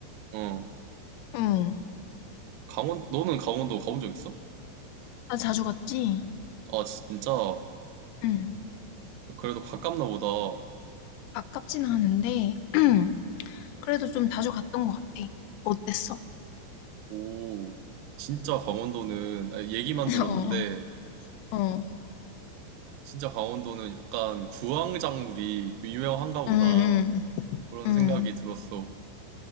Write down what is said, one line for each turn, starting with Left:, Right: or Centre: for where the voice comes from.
Right: 어,
Left: 응.
Right: 강원, 너는 강원도 가본 적 있어?
Left: 나 자주 갔지?
Right: 아, 진짜.
Left: 응.
Right: 그래도 가깝나 보다.
Left: 아깝진 않은데, <clears throat> 그래도 좀 자주 갔던 것 같아. 어땠어?
Right: 오, 진짜 강원도는 아, 얘기만
Left: <laughs>
Right: 들었는데
Left: 어, 어.
Right: 진짜 강원도는 약간 구황작물이 유명한가 보다
Left: 응, 응,
Right: 그런
Left: 응.
Right: 생각이 들었어.